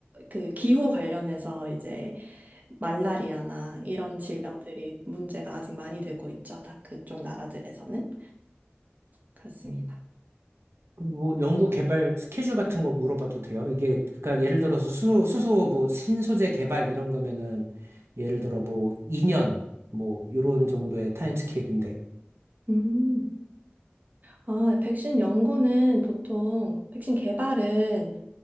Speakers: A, on the right; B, on the right.
A: 그 기후 관련해서 이제 말라리아나 이런 질병들이 문제가 아직 많이 되고 있죠. 다 그쪽 나라들에서는 그렇습니다.
B: 음. 뭐 연구 개발 스케줄 같은 거 물어봐도 돼요? 이게 그러니까 예를 들어서 수, 수소 뭐 신소재 개발 이런 거면은 예를 들어 뭐 2년 뭐 요런 정도의 타임 스케일인데
A: 음. 아, 백신 연구는 보통 백신 개발은